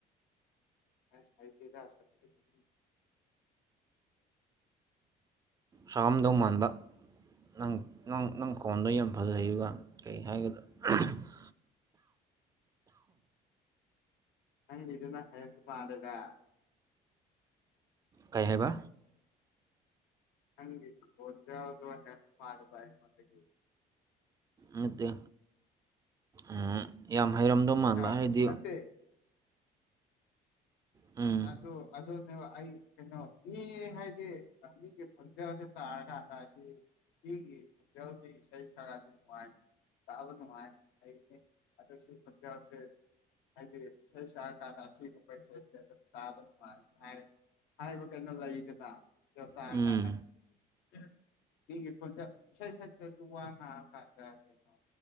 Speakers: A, on the left; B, on the right.
A: ꯑꯥꯏꯁ ꯍꯩꯇꯦꯗ ꯁꯛꯄ <unintelligible>
B: ꯁꯛꯑꯝꯗꯧ ꯃꯥꯟꯕ ꯅꯪ ꯅꯪ ꯅꯪ ꯈꫭꯟꯗꯣ ꯌꯥꯝ ꯐꯖꯩꯕ ꯀꯩ ꯍꯥꯏꯒꯗ꯭ꯔ <unintelligible>
A: ꯅꯪꯒꯤꯗꯨꯅ ꯍꯦꯟꯕ ꯃꯥꯜꯂꯦꯗ
B: ꯀꯩ ꯍꯥꯏꯕ
A: ꯅꯪꯒꯤ ꯈꫭꯟꯗꫭ <unintelligible> ꯃꯥꯜꯂꯦꯕ ꯑꯩꯉꯣꯟꯗꯒꯤ
B: ꯅꯠꯇꯦ ꯎꯝ ꯌꯥꯝ ꯍꯩꯔꯝꯗꯧ ꯃꯥꯟꯕ
A: ꯁꯥ
B: ꯍꯥꯏꯗꯤ
A: ꯅꯠꯇꯦ
B: ꯎꯝ
A: ꯑꯗꯣ ꯑ ꯑꯗꯨꯅꯦꯕ ꯑꯩ ꯀꯩꯅꯣ ꯃꯤ ꯍꯥꯏꯗꯤ ꯃꯤꯒꯤ ꯈꯣꯟꯖꯦꯜꯁꯦ ꯇꯥꯔ ꯀꯥꯟꯗ ꯑꯁꯤ ꯃꯤꯒꯤ ꯈꯣꯟꯖꯦꯜꯁꯦ ꯏꯁꯩ ꯁꯛꯑꯗꯤ ꯅꯨꯡꯉꯥꯏꯅꯤ ꯇꯥꯕ ꯅꯨꯡꯉꯥꯏ ꯑꯩꯗꯤ ꯑꯗꯨꯁꯨ ꯈꯣꯟꯖꯦꯜꯁꯤ ꯍꯥꯏꯗꯤ ꯏꯁꯩ ꯁꯛꯑ ꯀꯥꯟꯗ ꯑꯁꯤ ꯒꯨꯝꯕ ꯏꯁꯩꯁꯦ ꯇꯥꯕ ꯅꯨꯡꯉꯥꯏꯅꯤ ꯍꯥꯏꯕ ꯍꯥꯏꯕ ꯀꯩꯅꯣ ꯂꯩꯗꯅ ꯑꯗꫭ ꯇꯥꯔꯀꯥꯟꯗ
B: ꯎꯝ
A: <unintelligible> ꯃꯤꯒꯤ ꯈꯨꯟꯗ ꯏꯁꯩ ꯁꯛꯇ꯭ꯔꯁꯨ ꯋꯥ ꯉꯥꯡꯉꯀꯥꯟꯗ ꯀꯩꯅꯣ